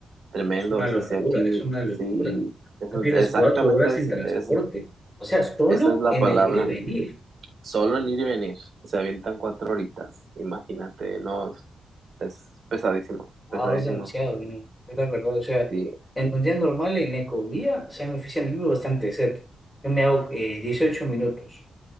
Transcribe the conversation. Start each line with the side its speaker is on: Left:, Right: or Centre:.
Right: tremendo,
Centre: Es una
Right: o sea,
Centre: locura,
Right: si aquí,
Centre: es una locura.
Right: sí, eso
Centre: Ya Pierdes
Right: es- exactamente
Centre: cuatro horas
Right: es,
Centre: en transporte.
Right: es,
Centre: O sea, solo
Right: esa es la
Centre: en
Right: palabra,
Centre: el ir y venir.
Right: solo en ir y venir, se avientan cuatro horitas, imagínate, no, es, es pesadísimo,
Centre: Wow,
Right: pesadísimo,
Centre: es demasiado, ¿no? Es la verdad, o sea,
Right: sí,
Centre: en un día normal en Ecovía, o sea, me oficina vivo bastante cerca. Yo me hago eh, 18 minutos.